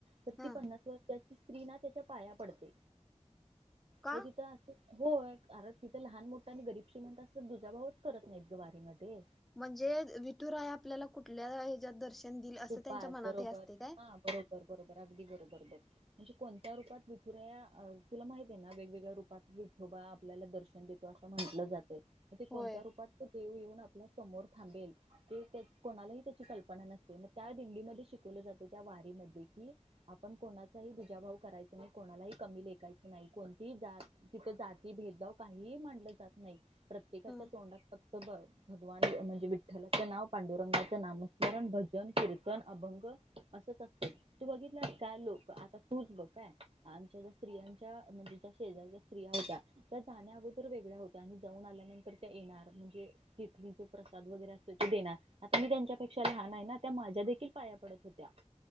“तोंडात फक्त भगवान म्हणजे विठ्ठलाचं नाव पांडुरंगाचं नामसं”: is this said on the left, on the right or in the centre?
Right